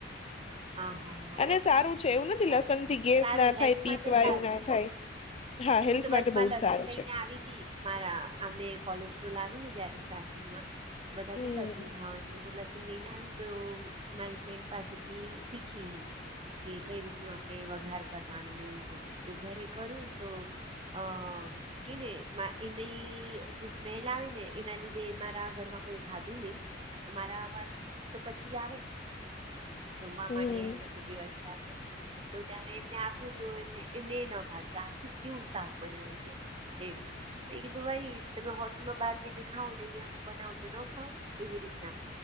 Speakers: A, on the right; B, on the left.
A: હ હા હા
B: અને સારું એવું નથી
A: સારું
B: લસણ થી ગેસ
A: સારું
B: ના
A: હેલ્થ
B: થાય તીત
A: માટે
B: વાયુ
A: સારું
B: ના થાય. હા
A: હું
B: હેલ્થ
A: તો વચમાં
B: માટે બહુ જ
A: લસન
B: સારું
A: લઈને
B: છે
A: આવી તી મારા અમને કોલેસ્ટ્રોલ આવ્યું ને જયારે સંગ બધા
B: હમ
A: લસ ખાવાનું લને આવી તો મારી ફ્રેન્ડ પાસેથી શીખી હું. કઈ રીતનું આપડણે વઘાર કરવાનું ને એવું બધું તો ઘરે કર્યુંને તો, અ કે ને એની જે સ્મેલ આવે ને એના લીધે મારા ઘરમાં કોઈ ખાધું નહી અમારા વર તો પછી આવે જમવા
B: હમ
A: માટે એ લોકો બે અઢી વાગી તો ત્યારે એમને આપ્યું તો એમ એમને એ ન ભાવ્યું કે આ શું કેવું શાક બનાવ્યું છે. એ જ મે કીધું ભાઈ તમે હોટલ ન બહાર જઈને ખાવ ને અહિયાયા હું બનાવ તો ન ખાવ એવી રીતના